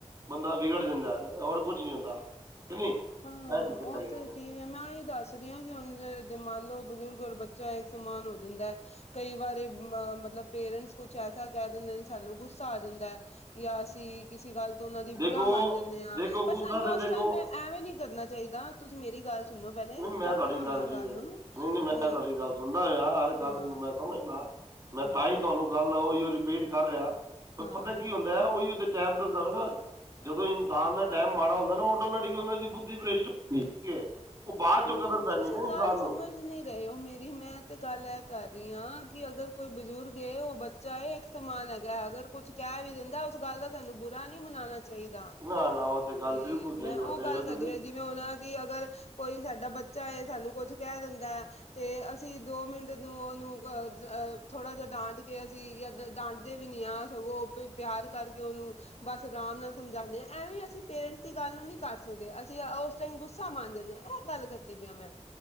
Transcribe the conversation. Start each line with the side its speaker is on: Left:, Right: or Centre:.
Right: ਬੰਦਾ ਵਿਗੜ ਜਾਂਦਾ ਹੋਰ ਕੁਝ ਨੀ ਹੁੰਦਾ ਠੀਕ ਹੈ ਕੇ ਨਹੀਂ
Left: ਹਾਂ
Right: ਇਹ ਚੀਜ਼ਾਂ
Left: ਉਹ
Right: ਹੈਗੀਆਂ
Left: ਤੇ ਠੀਕ ਤੇ ਮੈਂ ਇਹ ਦੱਸ ਰਹੀ ਹਾਂ ਕਿ ਹੁਣ ਮੰਨ ਲਓ ਬਜ਼ੁਰਗ ਔਰ ਬੱਚਾ ਇੱਕ ਸਮਾਨ ਹੋ ਜਾਂਦਾ ਹੈ। ਕਈ ਵਾਰੇ ਅ ਮਤਲਬ ਪੇਰੈਂਟਸ ਕੁਛ ਐਸਾ ਕਹਿ ਦਿੰਦੇ ਸਾਨੂੰ ਗੁੱਸਾ ਜਾਦਾ ਹੈ। ਜਾਂ ਅਸੀਂ ਕਿਸੇ ਗੱਲ ਤੋਂ ਉਹਨਾਂ ਦੀ
Right: ਦੇਖੋ
Left: ਬੁਰਾ ਮੰਨ ਜਾਂਦੇ ਹਾਂ
Right: ਦੇਖੋ
Left: ਪਰ
Right: ਗੁੱਸਾ
Left: ਸਾਨੂੰ
Right: ਤਾਂ
Left: ਉਸ
Right: ਦੇਖੋ
Left: ਟਾਈਮ। ਐਵੇਂ ਨੀ ਕਰਨਾ ਚਾਹੀਦਾ ਤੁਸੀਂ ਮੇਰੀ ਗੱਲ ਸੁਣੋ ਪਹਿਲੇ
Right: ਨਹੀਂ ਮੈਂ
Left: ਕੱਟੋ
Right: ਤੁਹਾਡੀ ਗੱਲ
Left: ਨਾ
Right: ਠੀਕ ਆ
Left: ਨੂੰ
Right: ਨਹੀਂ ਨਹੀਂ ਮੈਂ
Left: ਅ
Right: ਤੁਹਾਡੀ ਗੱਲ ਸੁਣਦਾ ਆਂ ਹਰ ਗੱਲ
Left: ਹਾਂ
Right: ਨੂੰ ਮੈਂ ਸਮਝਨਾ ਮੈਂ
Left: ਹਾਂ
Right: ਤਾਂ ਹੀ ਤੁਹਾਨੂੰ ਗੱਲ ਆ ਉਹੀ ਰਿਪੀਟ ਕਰ ਰਿਹਾ
Left: ਹਾਂ
Right: ਪਤਾ ਕੀ ਹੁੰਦਾ ਹੈ ਉਹੀ ਉਹਦੇ ਟਾਈਮ ਦੱਸਦਾ ਹਨਾ। ਜਦੋਂ ਇਨਸਾਨ ਦਾ ਟਾਈਮ ਮਾੜਾ ਹੁੰਦਾ ਨਾ ਓਟੋਮੈਟਿਕ ਉਹਨਾਂ ਦੀ ਬੁੱਧੀ ਪ੍ਰਸ਼ਟ ਹੁੰਦੀ ਹੈ। ਉਹ ਬਾਅਦ ਚੋਂ
Left: ਹਮ
Right: ਕਦਰ ਪੈਂਦੀ
Left: ਤੁਸੀਂ
Right: ਨਾ ਇਨਸਾਨ
Left: ਗੱਲ ਸਮਝ
Right: ਨੂੰ
Left: ਨਹੀਂ ਤੇ ਇਹੋ ਮੇਰੀ ਮੈਂ ਤੇ ਗੱਲ ਇਹ ਕਰ ਰਹੀ ਹਾਂ ਕਿ ਅਗਰ ਕੋਈ ਬਜ਼ੁਰਗ ਹੈ ਉਹ ਬੱਚੇ। ਚਾਹੇ ਇੱਕ ਸਮਾਨ ਹੈਗਾ ਅਗਰ ਕੁੱਛ ਕਹਿ ਵੀ ਦਿੰਦਾ ਉਸ ਗੱਲ ਦਾ ਸਾਨੂੰ ਬੁਰਾ ਨੀ ਮਨਾਉਣਾ। ਚਾਹੀਦਾ
Right: ਨਾ ਨਾ ਉਹ ਗੱਲ
Left: ਤੇ
Right: ਬਿਲਕੁਲ ਸਹੀ
Left: ਮੈਂ
Right: ਕਰਦੇ
Left: ਉਹ ਗੱਲ
Right: ਪਏ ਹੋ ਤੁਸੀਂ
Left: ਕਰਦੀ ਹਾਂ ਜਿਵੇਂ ਉਹਨਾਂ ਦੀ ਅਗਰ। ਕੋਈ ਸਾਡਾ ਬੱਚਾ ਹੈ ਸਾਨੂੰ ਕੁਛ ਕਹਿ ਦਿੰਦਾ ਹੈ ਤੇ ਅਸੀਂ ਦੋ ਮਿੰਟ ਨੂੰ ਉਹਨੂੰ ਥੋੜ੍ਹਾ ਜਿਹਾ ਡਾਂਟ ਕੇ ਅਸੀਂ ਜਾਂ ਡਾਂਟ ਦੇ ਵੀ ਨੀ ਆ ਸਗੋਂ ਪਿਆਰ ਕਰਕੇ ਉਹਨੂੰ ਬਸ ਆਰਾਮ ਨਾਲ ਸਮਝਾਉਂਦੇ ਹਾਂ। ਐਵੇਂ ਅਸੀਂ ਪੇਰੈਂਟਸ ਦੀ ਗੱਲ ਨੂੰ ਨਹੀਂ ਕਰ ਸਕਦੇ। ਅਸੀਂ ਉਸ ਟਾਈਮ ਗੁੱਸਾ ਮੰਨ ਜਾਂਦੇ ਹਾਂ। ਇਹ ਗੱਲ ਕਰਦੀ ਪਈ ਆਂ ਮੈਂ।